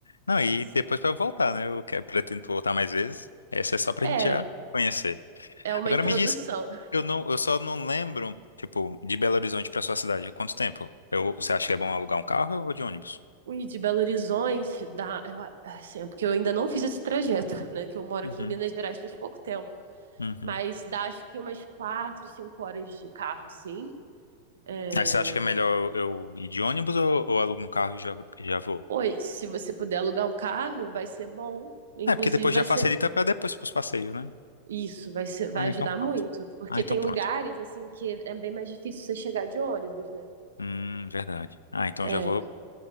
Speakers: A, on the left; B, on the right.
A: Não, e
B: Sim.
A: depois pra eu voltar, né? Eu quero, pretendo voltar mais vezes. Essa é só pra
B: É,
A: gente já conhecer.
B: é uma
A: Agora
B: introdução.
A: me diz, eu não, eu só não lembro, tipo, de Belo Horizonte pra sua cidade. Quanto tempo? Eu, você acha que é bom alugar um carro ou eu vou de ônibus?
B: O ir de Belo Horizonte dá. Eu, assim, é porque eu ainda não fiz esse trajeto, né? Que eu moro
A: Uhum,
B: aqui em Minas Gerais faz pouco tempo.
A: uhum.
B: Mas dá acho que umas quatro, cinco horas de carro, assim. É,
A: Aí você acha que é melhor eu, eu ir de ônibus ou, ou alugo um carro e já, já vou?
B: Oi, se você puder alugar um carro, vai ser bom. Inclusive,
A: É, porque depois
B: vai
A: já
B: ser
A: facilita pra depois pros passeios, né?
B: isso, vai ser, vai
A: Ah, então
B: ajudar
A: pronto.
B: muito, porque
A: Ah, então
B: tem
A: pronto.
B: lugares assim que é bem mais difícil você chegar de ônibus, né?
A: Hum, verdade. Ah, então
B: É,
A: já vou.